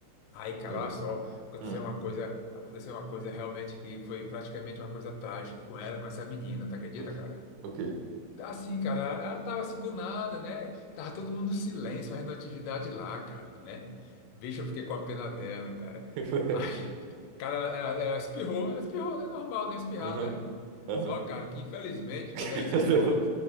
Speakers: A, on the left; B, on the right.
A: Aí, cara,
B: E-
A: olha só, aconteceu
B: Hum.
A: uma coisa, aconteceu uma coisa realmente que foi praticamente uma coisa trágica com ela, com essa menina, tu acredita,
B: O quê?
A: cara?
B: O quê?
A: Assim, cara, ela tava assim do nada, né? Tava todo mundo no silêncio, fazendo atividade lá, cara, né? Bicho, eu fiquei com a pena dela, cara.
B: <laughs> Foi.
A: <laughs> Cara, ela, ela espirrou, ela espirrou, é normal não espirrar,
B: Aham.
A: né?
B: Aham.
A: Só, cara, que infelizmente,
B: <laughs>
A: quando ela espirrou,